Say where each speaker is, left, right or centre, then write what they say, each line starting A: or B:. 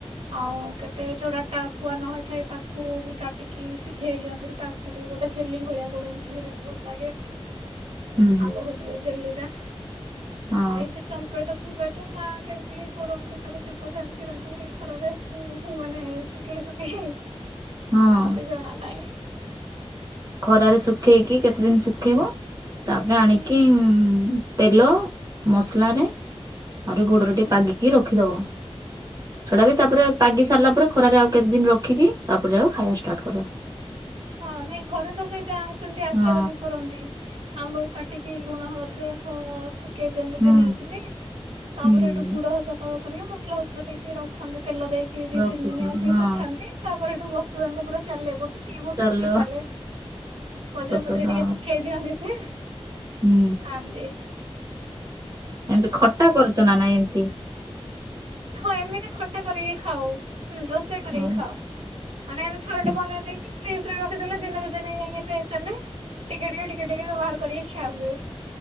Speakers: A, on the right (about 65°); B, on the right (about 35°).
A: ଆଉ କେତେ ଯୋଉଟା ଟାକୁଆ ନ ହେଇଥାଏ ତାକୁ ବି କାଟିକି ସିଝେଇ ଦିଅନ୍ତି ତାକୁ ବି ଗୋଟେ ଜେଲି ଭଳିଆ କରନ୍ତି ସେଟା ଭଲ ଲାଗେ।
B: ହୁଁ
A: ଆମ୍ବ ଖଟା ଜେଲି ଟା।
B: ହଁ
A: ଆଉ ଏଇ ଯେ ଚମ୍ପେଇ ତ ଫମ୍ପେଇ ତ ମା କେମିତି ହେଇ କରନ୍ତି ତାକୁ ଚୁପ ଚାଞ୍ଚି ଛି ଛାଞ୍ଚି କି ଖରାରେ ଉଁ ଧୂଁ ମାନେ ଶୁଖେଇ ଶୁଖେଇକି
B: ହଁ।
A: ମତେ ଜଣା ନାହିଁ।
B: ଖରାରେ ଶୁଖେଇକି କେତେ ଦିନ ଶୁଖେଇବ ତାପରେ ଆଣିକି
A: ହୁଁ।
B: ମ୍ ତେଲ ମସଲାରେ ଆଉରି ଗୋଡରେ
A: ହୁଁ ହୁଁ
B: ଟିକେ ପାଗିକି ରଖ ରଖିଦବ।
A: ହଁ
B: ସେଡା ବି
A: ହଁ
B: ତାପରେ ପାଗି ସାରିଲା ପରେ ଖରାରେ ଆଉ କେତେ ଦିନ ରଖ ରଖିକି ତାପରେ ଆଉ ଖାଇବା ଷ୍ଟାର୍ଟ କରିବ।
A: ଚ୍ଛା ନାଇଁ ଘରେ ତ ସେଇଟା ସେନ୍ତି ଆଚାର
B: ହଁ
A: ବି କରନ୍ତି ଆମ୍ବ କୁ କାଟିକି ଲୁ ଲୁଣ ହଳଦିରେ ହ ସୁ ପକେଇ ଦିଅନ୍ତି
B: ହୁଁ
A: ଦିନେ ଦିଦିନି ତାପରେ
B: ହୁଁ
A: ଏଠୁ ଗୁଡ ହେକା ପାଗ କରିବେ ମସଲା ଫସଲା ଦେଇକି ରଖନ୍ତି। ତେଲ ଦେଇକି ଦି
B: ରଖୁଛନ୍ତି
A: ତିନି ଦିନ ଆଉ ଟିକେ
B: ହଁ
A: ଶୁଖାନ୍ତି ତାପରେ ହେଠୁ ବର୍ଷ ଯାଙ୍କ ପୁରା ଚାଲେ ବର୍ଷ ଦି ବର୍ଷ
B: ଚାଲ
A: ବି ଚାଲେ ମଝିରେ
B: ସତଟା
A: ମଝିରେ ଟିକେ ଶୁଖେଇ ଦିଅନ୍ତି ସିଏ।
B: ହୁଁ
A: ଖାନ୍ତି।
B: ଏମିତି ଖଟା କରୁଚ ନା ନାଇଁ ଏମିତି?
A: ହଁ ଏମିତି ଖଟା କରିକି ଖାଉ ରୋଷେଇ କରିକି
B: ହଁ
A: ଖାଉ ମାନେ ଏମିତି ଥର
B: ହୁଁ
A: ଟେ ବନେଇ ଦେଇକି ଫ୍ରିଜରେ ରଖିଦେଲେ ଦିନେ ଦି ଦିନି ଜାଙ୍କେ ସେ ଚାଲେ। ଟିକେ ଟିକେ ବାହାର କରିକି କ୍ଷା ହୁଏ।